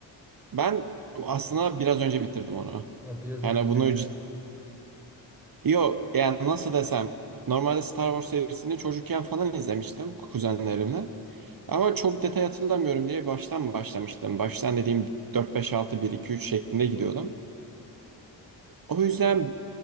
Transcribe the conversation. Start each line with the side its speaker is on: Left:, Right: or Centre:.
Right: ben aslında biraz önce bitirdim onu.
Centre: Ha, biraz
Right: Yani
Centre: önce tekrardan.
Right: bunu cid... Yo yani nasıl desem normalde Star Wars serisini çocukken falan izlemiştim kuzenlerimle. Ama çok detay hatırlamıyorum diye baştan başlamıştım. Baştan dediğim dört beş altı bir iki üç şeklinde gidiyordum. O yüzden